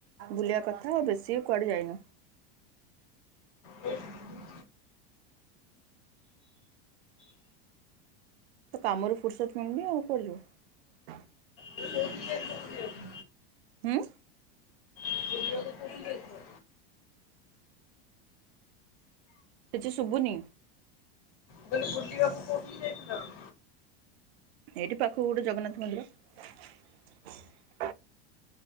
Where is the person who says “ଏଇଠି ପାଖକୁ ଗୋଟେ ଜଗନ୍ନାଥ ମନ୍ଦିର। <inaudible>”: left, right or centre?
Right